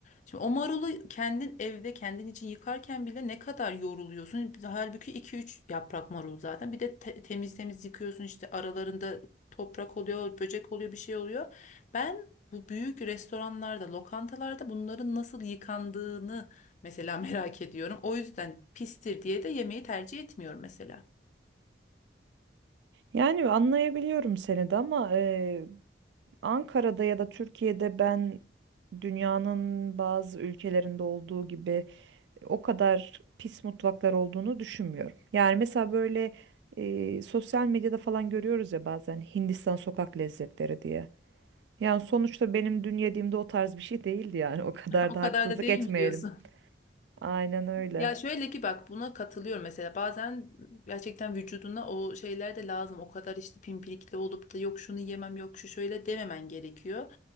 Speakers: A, on the left (about 45°); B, on the right (about 75°).
A: Şimdi o marulu kendin evde kendin için yıkarken bile ne kadar yoruluyorsun. Halbuki iki üç yaprak marul zaten. Bir de te- temiz temiz yıkıyorsun işte aralarında toprak oluyor, böcek oluyor, bir şey oluyor. Ben bu büyük restoranlarda, lokantalarda bunların nasıl yıkandığını mesela <laughs> merak ediyorum. O yüzden pistir diye de yemeği tercih etmiyorum mesela.
B: Yani anlayabiliyorum seni de ama e, Ankara'da ya da Türkiye'de ben dünyanın bazı ülkelerinde olduğu gibi o kadar pis mutfaklar olduğunu düşünmüyorum. Yani mesela böyle e, sosyal medyada falan görüyoruz ya bazen Hindistan sokak lezzetleri diye. Yani sonuçta benim dün yediğimde o tarz bir şey değildi yani <laughs> o kadar
A: <laughs> O
B: da
A: kadar
B: haksızlık
A: da değil
B: etmeyelim.
A: mi diyorsun?
B: Aynen öyle.
A: Ya şöyle ki bak buna katılıyorum mesela bazen gerçekten vücuduna o şeyler de lazım o kadar işte pimpirikli olup da yok şunu yemem yok şu şöyle dememen gerekiyor